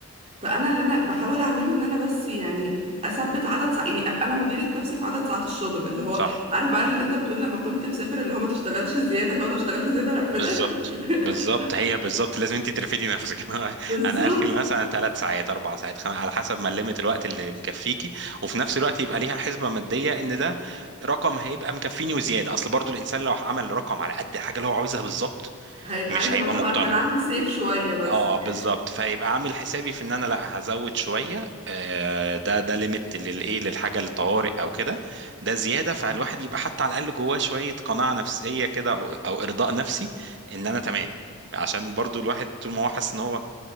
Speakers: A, on the right (about 30°); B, on the right (about 55°).
A: فانا اللي انا بحاول اعمله ان انا بس يعني اثبت عدد ساعات يعني ابقى انا مديره نفسي في عدد ساعات الشغل اللي هو
B: صح
A: عارف بقى اللي انت بتقول لما كنت مسافر اللي هو ما تشتغلش زياده اللي هو لو اشتغلت زياده هرفدك
B: بالظبط
A: <laughs>
B: بالظبط هي بالظبط لازم انت ترفدي نفسك <laughs>
A: بالظبط
B: انا اخري مثلا ثلاث ساعات اربع ساعات خمس على حسب ما ليميت الوقت اللي مكفيكي وفي نفس الوقت يبقى ليها حسبه ماديه ان ده رقم هيبقى مكفيني وزياده اصل برضو الانسان لو عمل رقم على قد الحاجه اللي هو عاوزها بالظبط
A: هيبقى
B: مش
A: عايز
B: هيبقى
A: اللي هو طب
B: مقتنع
A: عشان اعمل سيف شويه بس
B: اه بالظبط فهيبقى عامل حسابي في ان انا لا هزود شويه آه، ده ده ليميت للايه للحاجه الطوارئ او كده ده زياده فالواحد يبقى حتى على الاقل جواه شويه قناعه نفسيه كده او او ارضاء نفسي ان انا تمام عشان برضو الواحد طول ما هو حاسس ان هو